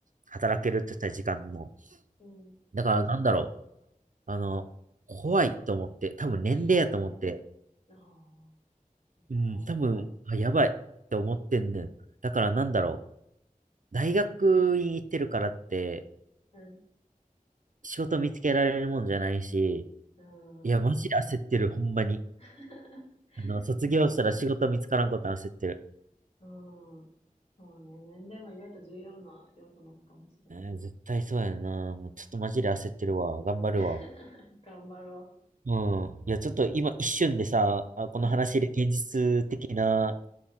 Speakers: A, on the right; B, on the left.
A: 働けるって言った時間も。
B: うん。
A: だからなんだろう、あの、怖いと思って、多分年齢やと思って、
B: <laughs> ああ、
A: うん、
B: か。
A: 多分、あ、やばいって思ってんねん。だからなんだろう、大学院行ってるからって、
B: うん。
A: 仕事見つけられるもんじゃないし、
B: うん。
A: いや、マジで焦ってる、ほんまに。
B: <laughs>
A: あの、卒業したら仕事見つからんこと焦ってる。
B: 確かに。うん。そうね。年齢も意外と重要な要素なのかもしれんな。
A: えー絶対そうやな。もうちょっとマジで焦ってるわ。頑張るわ。
B: <laughs> 頑張ろ
A: うん。いや、ちょっと今一瞬でさ、あ、この話で現実的な
B: う。うん。